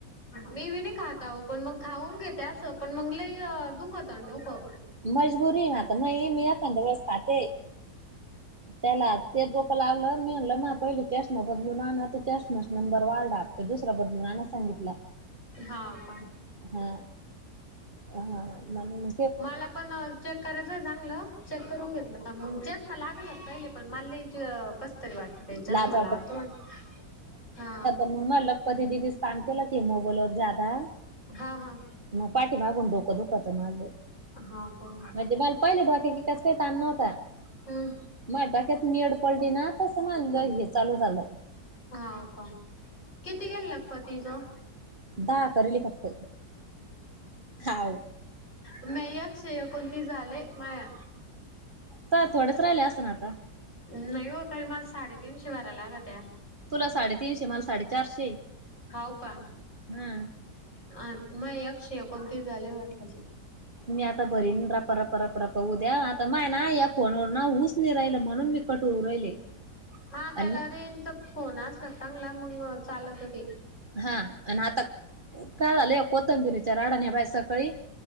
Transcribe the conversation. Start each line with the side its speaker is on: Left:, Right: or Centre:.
Left: मी बी नाही खाता पण मग खाऊन घेत असं पण मग ल दुखत डोकं
Right: मजबुरी ना तर मग मी एकखंदवस खात
Left: ह.
Right: त्यांला ते डोकं लावलं मी म्हटलं माझा पहिले चष्मा बदलून आणा तर चष्माचा नंबर वाढला. तर दुसरा बदलून आणायला सांगितला.
Left: हा का
Right: हा हा म्हणुन
Left: मला पण चेक करायचंय चांगलं चेक करून घेतलं का मग चेच म लागल पहिले पण म कस तरी वाटतं त्याच्यास
Right: लाज
Left: मला अर्थ वाट हा
Right: मग मग लखपती दिदीच काम केलं की मोबाईल व जादा
Left: हा हा.
Right: मग पाठी मागून डोकं धोकच माझं
Left: हा का
Right: म्हणे मला पहिले डोक्या क काही त आण नव्हता
Left: हम्म
Right: मग डोक्यात निड पलट ना. मला
Left: ह
Right: हे चालू झालं
Left: होा का किती गेलं लगप तिचं
Right: द करली फक्त हा
Left: मेयक शेयकोणती झाले माया
Right: का थोडेच राहिले असं ना आता
Left: नाही होतरी मला साडेतीीनशे वरा लाग त्या
Right: तुला साडेतीीनशे मला साडेचारशे
Left: हाव का
Right: हा
Left: अ मग यशे एकोणतीस झाले वाटचे
Right: मी आता भरीन राप रप रप रा पाऊ द्या आता माय ना या फोनवर ना हऊस नाही राहिलं म्हणून मी कट होवून राहिले.
Left: हा त्याला
Right: आणि
Left: रेंचा फोन असल चांगला मग चालत हो ते.
Right: हा आणि आता काय झालं कोथंबिरीच्या राडानेभ्यास सकाळी